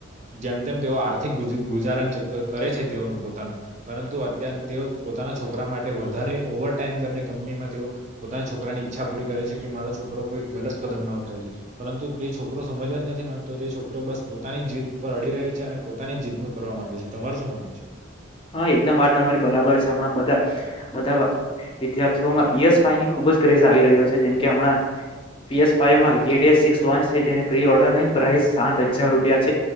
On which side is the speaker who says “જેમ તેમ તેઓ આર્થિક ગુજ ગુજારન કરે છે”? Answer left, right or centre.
Right